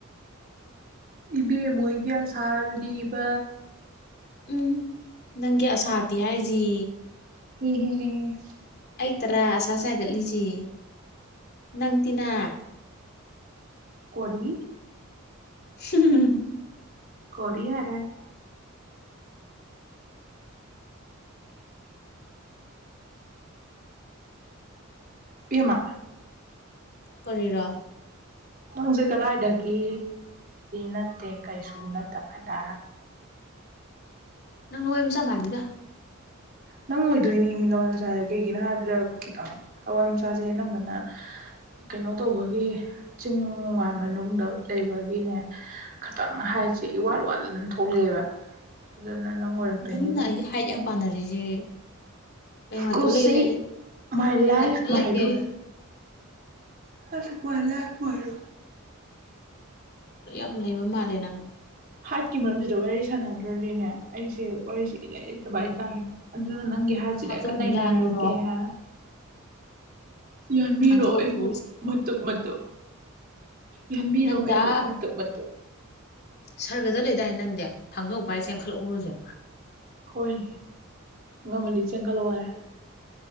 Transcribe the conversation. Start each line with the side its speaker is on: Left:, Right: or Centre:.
Right: ꯏꯕꯦꯝ ꯃꯣꯏꯒꯤ ꯁꯥꯔꯤꯕ
Left: ꯎꯝ ꯅꯪꯒꯤ ꯑꯁꯥꯗꯤ ꯍꯥꯏꯁꯤ
Right: ꯎꯝ ꯍꯝ
Left: ꯑꯩ ꯇꯔꯥ ꯑꯁꯥ ꯁꯥꯒꯠꯂꯤꯁꯤ ꯅꯪ ꯇꯤꯅꯥ
Right: ꯀꯣꯔꯤ
Left: ꯍꯝ
Right: ꯀꯣꯗꯤ ꯍꯔꯦ ꯄꯃ
Left: ꯀꯔ
Right: ꯅꯪꯁꯦ ꯀꯗꯥꯥꯏꯗꯒꯤ ꯅꯠꯇꯦ ꯀꯩꯁꯨ ꯅꯠꯇꯕꯗ
Left: ꯅꯪ ꯂꯣꯏ ꯃꯆꯥ ꯃꯥꯟꯜꯂꯤꯗ
Right: ꯅꯪ ꯑꯣꯏꯗꯣꯏꯅꯦ ꯃꯤ ꯂꯋꯥꯏ ꯃꯁꯥꯁꯦ ꯀꯩꯒꯤꯅꯣ ꯍꯥꯏꯕꯗ ꯈꯤꯇꯪ ꯂꯋꯥꯏ ꯃꯁꯥꯁꯦ ꯑꯅꯝꯕꯅ ꯀꯩꯅꯣ ꯇꯧꯕꯒꯤ ꯆꯤꯡ ꯃꯥꯟꯕ ꯃꯅꯨꯡꯗ ꯂꯩꯕꯒꯤꯅꯦ ꯈꯤꯇꯪ ꯍꯥꯏ ꯁꯦ ꯏ ꯋꯥꯠ ꯋꯥꯠꯂ ꯑꯗꯨꯝ ꯊꯣꯛꯂꯛꯑꯦꯕ ꯑꯗꯨꯅ ꯅꯪ ꯑꯣꯏꯔꯛꯇꯣꯏꯅꯦꯕ
Left: ꯅꯪꯅ ꯑꯩꯒꯤ ꯍꯥꯏꯠ ꯌꯥꯝ ꯄꯥꯟꯅꯔꯤꯁꯦ ꯀꯩ ꯅꯨꯡꯉꯥꯏꯇꯕ
Right: ꯀꯨꯁꯤ
Left: ꯂꯩꯒꯦ
Right: ꯃꯥꯏ
Left: ꯀꯩ
Right: ꯂꯥꯏꯐ
Left: ꯅꯨꯡꯉꯥꯏꯇꯕ
Right: ꯃꯥꯏꯔꯨꯜ
Left: ꯂꯩꯒꯦ
Right: ꯑꯄꯣꯏꯂꯦ ꯍꯥꯏꯣ ꯑ
Left: ꯁꯝ ꯂꯩꯕ ꯃꯥꯜꯂꯦ ꯅꯪꯅꯦ
Right: ꯍꯥꯠꯀꯤ ꯃꯔꯝꯁꯤꯗ ꯋꯥꯔꯤ ꯁꯥꯟꯅꯗ꯭ꯔꯣꯔꯤꯅꯦ ꯑꯩꯁꯦ ꯋꯥꯔꯤꯁꯦ ꯏꯂꯥꯏ ꯂꯩꯇꯕ ꯍꯥꯏꯇꯥꯔꯦ ꯑꯗꯨꯅ ꯅꯪꯒꯤ ꯍꯥꯏꯁꯤꯗ
Left: ꯊꯥꯡꯖꯧꯅ
Right: ꯑꯩꯀ ꯅꯩꯅꯔꯒꯦꯁ
Left: ꯌꯥꯜꯂꯨꯔꯣ
Right: ꯌꯥꯟꯕꯤꯔꯣ
Left: ꯊꯥꯡꯖꯧ
Right: ꯑꯩꯕꯨ
Left: ꯄꯨ
Right: ꯃꯇꯨꯞ ꯃꯇꯨꯞ ꯌꯥꯟꯕꯤꯔꯣ
Left: ꯅꯟꯖ
Right: ꯑꯩꯕꯨ ꯃꯇꯨꯞ ꯃꯇꯨꯞ
Left: ꯁꯔꯒꯗ ꯂꯩꯗꯥꯏ ꯅꯪꯗꯤ ꯊꯥꯡꯒ ꯄ ꯍꯥꯏꯔ ꯆꯦꯟꯈꯠꯂꯛꯎꯔꯨꯁꯨ
Right: ꯍꯣꯏ ꯉꯝꯃꯗꯤ ꯆꯦꯟꯒꯠꯂꯛꯑꯣꯔꯦ